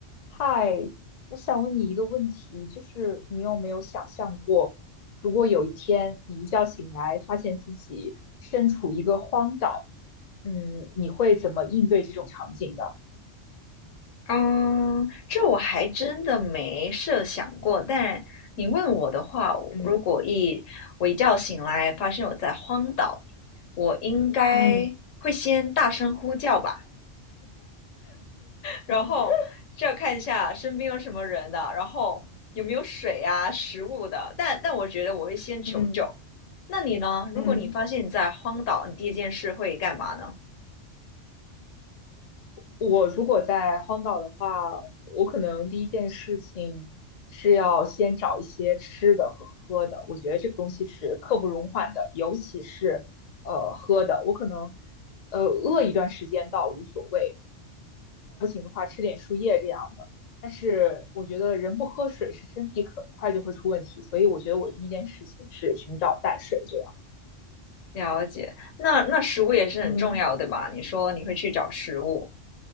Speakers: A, on the left; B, on the left.
A: 嗨，我想问你一个问题，就是你有没有想象过，如果有一天你一觉醒来，发现自己身处一个荒岛，嗯，你会怎么应对这种场景呢？
B: 嗯，这我还真的没设想过。但你问我的话，我如果一我一觉醒来发现我在荒岛，
A: 嗯
B: 我应该会先大声呼叫吧，
A: 嗯
B: 然后就要看一下身边有什么人的，
A: <laughs>
B: 然后有没有水啊、食物的。但但我觉得我会先求救。
A: 嗯
B: 那你呢？如果你发现你在荒岛，
A: 嗯。
B: 你第一件事会干嘛呢？
A: 我如果在荒岛的话，我可能第一件事情是要先找一些吃的和喝的。我觉得这个东西是刻不容缓的，尤其是呃喝的。我可能呃饿一段时间倒无所谓，的话吃点树叶这样的。但是我觉得人不喝水是身体很快就会出问题，所以我觉得我第一件事情是寻找淡水这样。
B: 了解，那那食物也是很重要，
A: 嗯，
B: 对吧？你说你会去找食物。